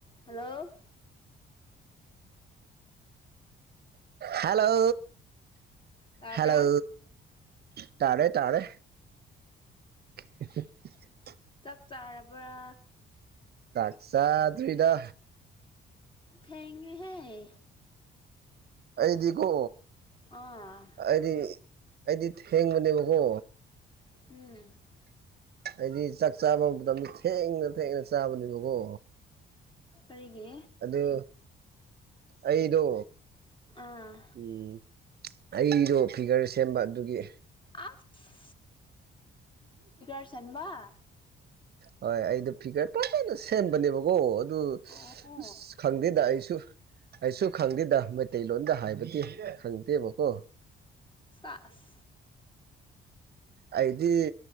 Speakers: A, on the left; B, on the right.
A: hello
B: hello
A: ꯇꯥꯕ꯭ꯔꯥ
B: Hello ꯇꯥꯔꯦ ꯇꯥꯔꯦ <inaudible>
A: ꯆꯥꯛ ꯆꯥꯔꯕ꯭ꯔꯥ
B: ꯆꯥꯛ ꯆꯥꯗꯔꯤꯗ
A: ꯊꯦꯡꯉꯦꯍꯦ
B: ꯑꯩꯗꯤꯀꯣ
A: ꯑꯥ
B: ꯑꯩꯗꯤ ꯑꯩꯗꯤ ꯊꯦꯡꯕꯅꯦꯕꯀꯣ
A: ꯎꯝ
B: ꯑꯩꯗꯤ ꯆꯥꯛ ꯆꯥꯕ ꯃꯇꯝꯗ ꯊꯦꯡꯅ ꯊꯦꯡꯅ ꯆꯥꯕꯅꯦꯕꯀꯣ
A: ꯀꯔꯤꯒꯤ
B: ꯑꯗꯨ ꯑꯩꯗꯣ
A: ꯑꯥ
B: ꯎꯝ ꯑꯩꯗꯣ ꯐꯤꯒꯔ ꯁꯦꯝꯕ ꯑꯗꯨꯒꯤ
A: ꯑꯥꯁ ꯁꯦꯝꯕ
B: ꯍꯣꯏ ꯑꯩꯗꯣ ꯐꯤꯒꯔ ꯐꯖꯅ ꯁꯦꯝꯕꯅꯦꯕꯀꯣ ꯑꯗꯨ
A: ꯑꯣ
B: <unintelligible> ꯈꯪꯗꯦꯗ ꯑꯩꯁꯨ ꯑꯩꯁꯨ ꯈꯪꯗꯦꯗ ꯃꯩꯇꯩꯂꯣꯟꯗ ꯍꯥꯏꯕꯗꯤ ꯈꯪꯗꯦꯕꯀꯣ
A: ꯁꯥꯁ
B: ꯑꯩꯗꯤ